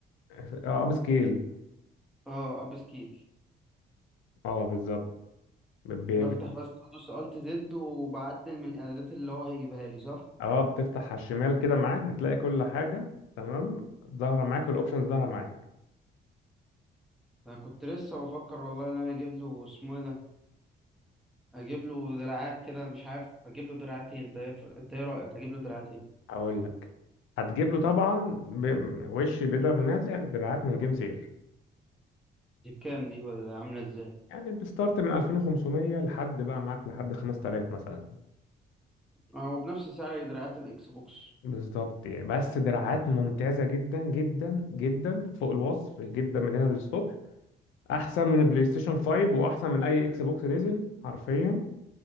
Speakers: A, on the left; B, in the centre.
A: اه اب سكيل
B: اه اب سكيل
A: اه بالظبط ب- ب-
B: بفتح بس بدوس الت زد وبعدل من الاعدادات اللي هو هيجيبها لي صح
A: اه بتفتح على الشمال كده معاك بتلاقي كل حاجه تمام ظاهره معاك والاوبشنز ظاهره معاك
B: انا كنت لسه بفكر والله ان انا اجيب له اسمه إيه ده اجيب له دراعات كده مش عارف اجيب له دراعتين انت ايه انت ايه رايك اجيب له دراعتين
A: اقول لك هتجيب له طبعا ب- وش بدا منازع دراعات من جيم سير
B: دي بكام دي ولا عامله ازاي
A: يعني بستارت من 2500 لحد بقى معاك لحد 5000 مثلا
B: هو بنفس سعر دراعات الاكس بوكس
A: بالظبط يعني بس دراعات ممتازة جدا جدا جدا فوق الوصف جدا من هنا للصبح أحسن من البلاي ستيشن 5 وأحسن من أي إكس بوكس نزل حرفيا